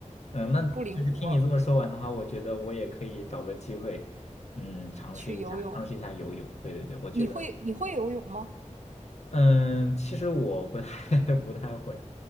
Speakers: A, on the left (about 60°); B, on the right (about 70°).
A: 嗯，那就是听你这么说完的话，
B: 不灵活
A: 我觉得我也可以找个机会，嗯，尝试一下尝试一下游泳。
B: 去游泳。
A: 对对对，我觉得。
B: 你会你会游泳吗？
A: 嗯，其实我不太 <laughs> 不太会，